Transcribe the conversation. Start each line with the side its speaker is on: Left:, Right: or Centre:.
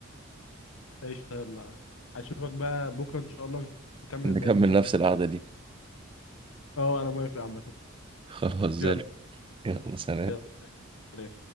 Left: قشطة يلا اشوفك بقى بكرة ان شاء الله نكمل
Right: نكمل
Left: بقية النكت
Right: نفس
Left: دي
Right: القعدة دي
Left: اه انا موافق عامة
Right: خلاص زي
Left: يلا
Right: الفل. يلا سلام
Left: يلا سلام.